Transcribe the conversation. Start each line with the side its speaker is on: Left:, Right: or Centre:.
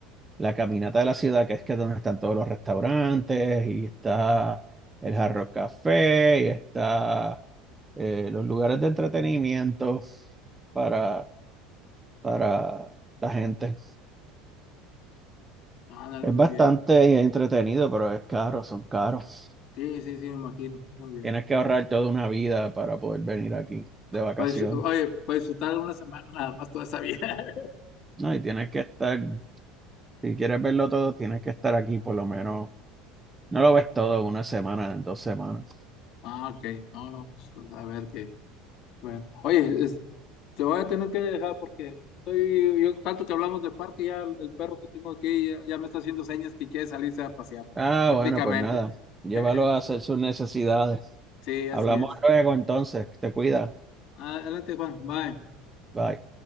Right: la caminata de la ciudad, que es que es donde están todos los restaurantes, y está el Hard Rock Café, y está eh, los lugares de entretenimiento para, para la gente.
Left: ándale,
Right: Es
Left: muy
Right: bastante
Left: bien.
Right: entretenido, pero es caro, son caros.
Left: Sí, sí, sí, me imagino, muy bien.
Right: Tienes que ahorrar toda una vida para poder venir aquí de vacaciones.
Left: Para disfr- oye, para disfrutar una semana nada más toda esa vida. <laughs>
Right: No, y tienes que estar, si quieres verlo todo, tienes que estar aquí por lo menos. No lo ves todo en una semana, en dos semanas.
Left: Ah, ok. No, no. pues, a ver qué. Bueno. Oye, es- te voy a tener que dejar porque estoy, yo tanto que hablamos de parque, ya el, el perro que tengo aquí ya, ya me está haciendo señas que quiere salirse a pasear,
Right: Ah,
Left: prácticamente.
Right: bueno, pues nada. Llévalo
Left: <laughs>
Right: a hacer sus necesidades.
Left: Sí, así
Right: Hablamos
Left: es.
Right: luego entonces. Te cuida.
Left: Adelante, Juan. Bye.
Right: Bye.